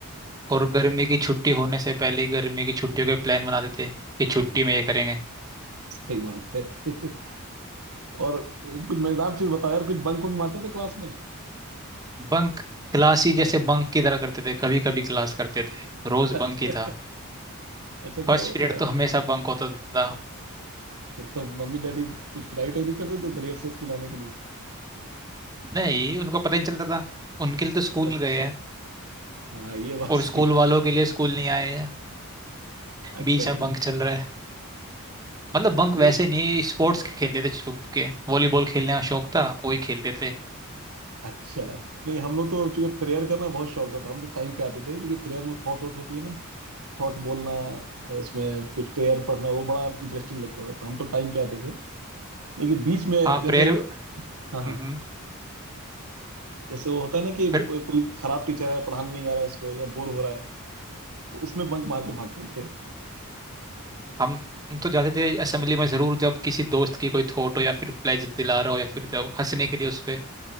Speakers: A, on the right; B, on the right.
A: और गर्मी की छुट्टी होने से पहले ही गर्मी की छुट्टियों के प्लान बना देते कि छुट्टी में ये करेंगे
B: सही बात है <laughs> और वो कुछ मजेदार चीज बताओ यार कुछ बंक वंक मारते थे क्लास में
A: बंक क्लास ही जैसे
B: हाँ
A: बंक की तरह करते थे कभी कभी क्लास करते थे रोज
B: <laughs> अच्छा
A: बंक ही था
B: अच्छा
A: फर्स्ट
B: तो अ,
A: पीरियड तो हमेशा बंक होता था
B: अच्छा तो मम्मी डैडी कुछ पिटाई उटाई नहीं करते थे तो लेट से स्कूल आने के लिए
A: नहीं उनको पता ही नहीं चलता था उनके लिए तो स्कूल
B: अच्छा
A: गए हैं
B: हाँ ये बात
A: और
B: सही
A: स्कूल वालों के लिए स्कूल नहीं आए हैं
B: अच्छा
A: बीच में बंक चल रहा है मतलब बंक
B: नहीं
A: वैसे नहीं स्पोर्ट्स खेलते थे छुप के वॉलीबॉल खेलने का शौक था वही खेलते थे
B: अच्छा नहीं हम लोग तो चूंकि प्रेयर का ना बहुत शौक था तो हम तो टाइम पे आते थे क्योंकि प्रेयर में थॉट वॉट होती है ना थॉट बोलना उसमें कुछ प्रेयर पढ़ना वो बड़ा इंटरेस्टिंग लगता था तो हम तो टाइम पे आते थे लेकिन बीच में
A: हाँ
B: जैसे
A: प्रेयर
B: हाँ हाँ
A: हम्म
B: जैसे वो होता है ना कि
A: फिर
B: कोई खराब टीचर है पढ़ाने नहीं आ रहा उसको या बोर हो रहा है तो उसमें बंक मार के भागते थे
A: हम हम तो जाते थे असेंबली में जरूर जब किसी दोस्त की कोई थोट हो या फिर प्लेज दिला रहा हो या फिर जब हंसने के लिए उस पे